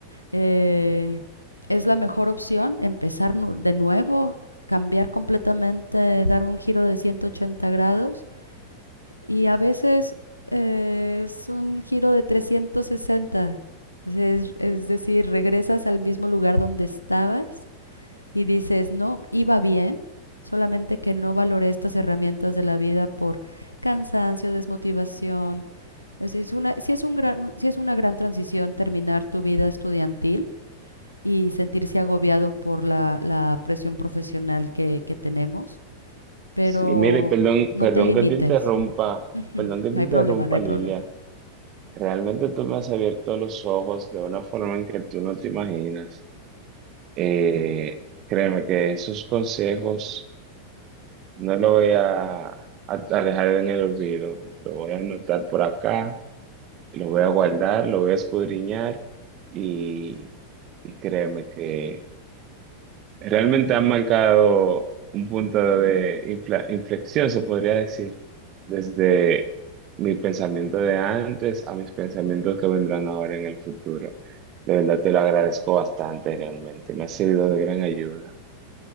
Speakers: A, on the left; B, on the right.
A: eh, es la mejor opción empezar de nuevo, cambiar completamente, dar un giro de 180 grados y a veces eh, es un giro de trescientos sesenta Es, es decir, regresas al mismo lugar donde estabas y dices, no, iba bien, solamente que no valoré estas herramientas de la vida por cansancio, desmotivación. O es una, sí es un gran, sí es una gran transición terminar tu vida estudiantil y sentirse agobiado por la, la presión profesional que, que tenemos, pero
B: Sí, mire, perdón,
A: no
B: perdón
A: te limites.
B: que te interrumpa,
A: Ujú,
B: perdón que
A: No
B: te
A: hay
B: interrumpa,
A: problema, no hay
B: Lilia.
A: problema.
B: Realmente tú me has abierto los ojos de una forma en que tú no te imaginas. Eh, créeme que esos consejos no los voy a, a- a dejar en el olvido. Lo voy a anotar por acá, lo voy a guardar, lo voy a escudriñar y, y créeme que Realmente han marcado un punto de infla- inflexión, se podría decir, desde mi pensamiento de antes a mis pensamientos que vendrán ahora en el futuro. De verdad te lo agradezco bastante, realmente. Me ha servido de gran ayuda.